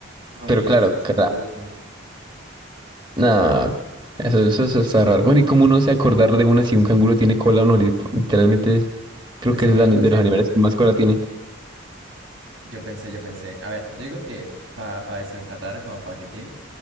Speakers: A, on the right; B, on the right.
A: No,
B: Pero
A: Miguel,
B: claro,
A: yo estaba seguro
B: cara,
A: de que no.
B: nada, eso, eso, eso está raro. Bueno, ¿y cómo uno se acordar de una si un canguro tiene cola o no? Literalmente, creo
A: Es
B: que
A: que
B: es
A: no,
B: de
A: no sé.
B: de los animales que más cola tiene.
A: Yo pensé, yo pensé. A ver, yo digo que para desempatar, como paquetín,